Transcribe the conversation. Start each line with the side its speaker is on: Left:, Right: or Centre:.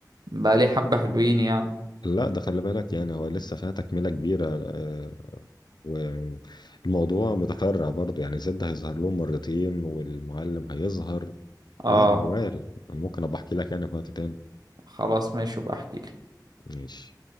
Right: بقى لي حبة حلوين يعني
Left: لا ده خلي بالك يعني هو لسه فيها تكملة كبيرة آه، والموضوع متفرع برضو يعني زد هيظهر لهم مرتين والمعلم هيظهر
Right: اه
Left: لا موال انا ممكن ابقى احكي لك انا في وقت تاني
Right: خلاص ماشي بقى احكي
Left: ماشي